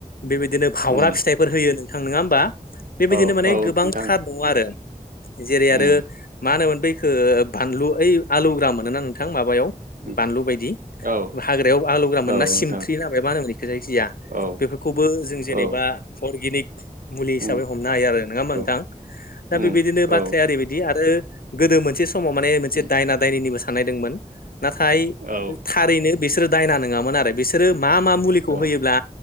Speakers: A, on the left; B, on the right.
A: बेबायदिनो बावग्रा
B: उम
A: फिथाइफोर होयो नों ां नङा होमबा बेबायदिनो
B: औ
A: माने
B: औ
A: गोबांथार
B: नोंथां
A: नङ आरो जेरै आरो
B: उम
A: मा होनोमोन बै ओ बानलु ओइ आलुग्रा मोनो ना नोंथां माबायाव
B: उम
A: बानलु बायदि
B: औ
A: हाग्रायाव आलौग्रा मोनो
B: औ
A: ना सिमफ्रि
B: नोंथां
A: होनो ना मा मानो होनोखो जायखिजाया
B: औ
A: बेफोरखौबो जों
B: औ
A: जेनेबा नि अरगेनिक मुलि हिसाबै
B: उम
A: ह नाय आरो नङा होनबा
B: औ
A: नोथां दा
B: उम
A: बेबादिनो बाथ्राया
B: औ
A: ओरैबादि आरो गोदो मोनसे सम समाव माने मोनसे
B: उम
A: दायना दायनिनिबो साननायदोंमोन नाथाय
B: औ
A: थारैनो बिसोरो दायना नङामोन आरो बिसोरो मा मा मुलिखौ
B: औ
A: होयोब्ला